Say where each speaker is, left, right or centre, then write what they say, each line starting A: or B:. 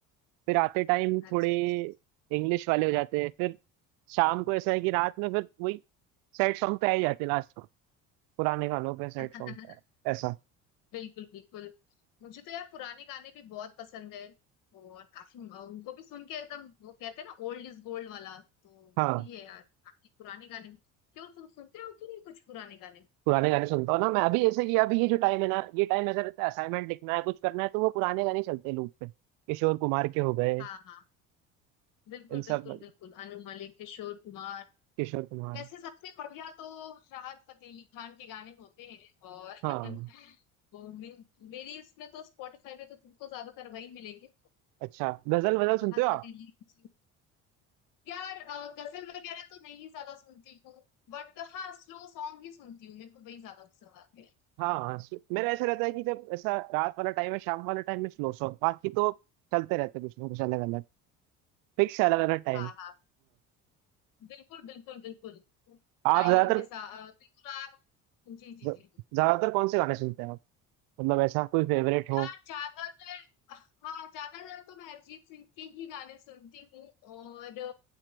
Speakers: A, on the right (about 80°); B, on the left (about 70°).
A: फिर आते टाइम
B: अच्छा
A: थोड़े
B: अच्छा
A: इंग्लिश वाले हो जाते हैं फिर शाम को ऐसा है कि रात में फिर वही सैड सॉन्ग पे आ ही जाते हैं लास्ट में पुराने गानों पे सैड
B: अच्छा।
A: सॉन्ग
B: <laughs>
A: पे ऐसा
B: बिल्कुल बिल्कुल मुझे तो यार पुराने गाने भी बहुत पसंद है और काफी उनको भी सुन के एकदम वो कहते हैं ना ओल्ड इज गोल्ड वाला तो
A: हाँ
B: वो भी है यार काफी पुराने गाने क्यों तुम सुनते हो कि नहीं कुछ पुराने गाने
A: पुराने गाने सुनता हूँ ना मैं अभी जैसे कि अभी ये जो टाइम है ना ये टाइम ऐसा रहता है असाइनमेंट लिखना है कुछ करना है तो वो पुराने गाने चलते हैं लूप पे किशोर कुमार के हो गए
B: हाँ हाँ बिल्कुल
A: इन
B: बिल्कुल
A: सब
B: बिल्कुल अनु मलिक किशोर कुमार
A: किशोर कुमार
B: वैसे सबसे बढ़िया तो राहत फतेह अली खान के गाने होते हैं और <laughs>
A: हाँ
B: वो मे, मेरी इसमें तो स्पॉटिफाई में तो तुमको ज्यादातर वही मिलेंगे
A: अच्छा गजल वजल
B: राहत
A: सुनते हो
B: फतेह
A: आप
B: अली जी यार अ, गजल वगैरह तो नहीं ज्यादा सुनती हूँ बट हाँ स्लो सॉन्ग ही सुनती हूँ मेरे को वही ज्यादा पसंद आते हैं
A: हाँ हाँ, सु- मेरा ऐसा रहता है कि जब ऐसा रात वाला टाइम है शाम वाला टाइम में स्लो सॉन्ग बाकी तो चलते रहते हैं कुछ ना कुछ अलग अलग फिक्स है अलग अलग टाइम
B: हाँ हाँ बिल्कुल बिल्कुल बिल्कुल
A: आप
B: टाइम
A: ज्यादातर
B: के साथ बिल्कुल आप जी जी
A: ज-
B: जी
A: ज्यादातर कौन से गाने सुनते हैं आप मतलब ऐसा कोई फेवरेट हो
B: यार ज्यादातर हाँ ज्यादातर तो मैं अरिजीत सिंह के ही गाने सुनती हूँ और अ,